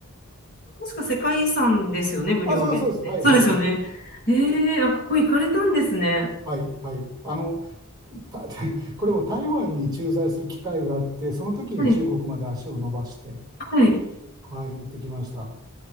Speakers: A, on the left; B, on the right.
A: 確か世界遺産ですよね、武陵源って。
B: あ、そうですそうです。はいはいはい。
A: そうですよね。ええあ、ここ行かれたんですね。
B: はい、はい。あの、た <laughs> これも台湾に駐在する機会があって、その時に中国まで足を伸ばして、
A: はい。はい。
B: はい、行ってきました。あ